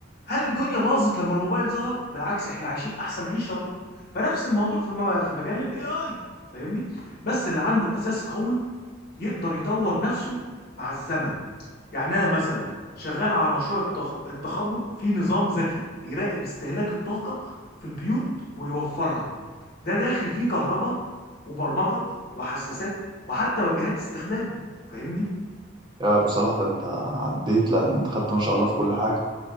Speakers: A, on the left (about 45°); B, on the right (about 20°).
A: هل الدنيا باظت لما الموبايل ظهر بالعكس احنا عايشين احسن عيشه اهو فنفس الموضوع في م- في مجال الاي اي فاهمني بس اللي عنده اساس قوي يقدر يطور نفسه مع الزمن يعني انا مثلا شغال على مشروع التغ- التخرج في نظام ذكي بيراقب استهلاك الطاقه في البيوت ويوفرها ده داخل فيه كهرباء وبرمجه وحساسات وحتى واجهات استخدام فاهمني
B: يا ابو صلاح ده انت عديت لا ده انت خدت ما شاء الله في كل حاجة